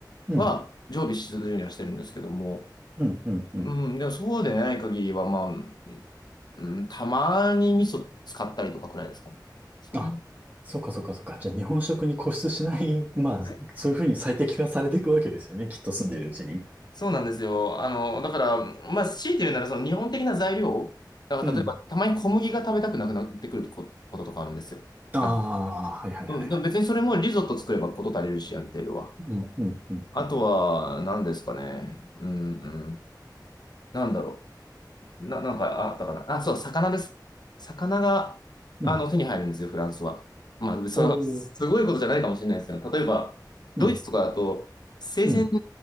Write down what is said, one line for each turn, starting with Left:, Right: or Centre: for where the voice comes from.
Right: うん
Left: は常備し続けるようにはしてるんですけども、
Right: うんうんうん。
Left: うん、でもそうでない限りは、まあ、うん、たまに味噌使ったりとかくらいですかね。そんなに。
Right: あ、そうかそうかそうか。じゃあ日本食に固執しない、<laughs> まあ、
Left: はい
Right: そういうふうに最適化されていくわけですよね。きっと住んでるうちに。
Left: そうなんですよ。あの、だから、まあ、強いて言うなら、その日本的な材料、だから例えば、
Right: うん。
Left: たまに小麦が食べたくなくなってくるこ、こととかあるんですよ。
Right: ああ、
Left: なんか、
Right: はいはいはいはい。
Left: うん、でも別にそれもリゾット作ればこと足りるし、ある程度は。
Right: うん、うん、うん、
Left: あとは、
Right: うん。
Left: 何ですかね。うん、うん。なんだろう。な、なんか、あったかな。あ、そう、魚です。魚が、
Right: うん。
Left: あの、手に入るんですよ、フランスは。まあ、その、
Right: おー
Left: すごいことじゃないかもしれないですけど、例えば、ドイツとかだと、
Right: うん、
Left: 生鮮
Right: うん。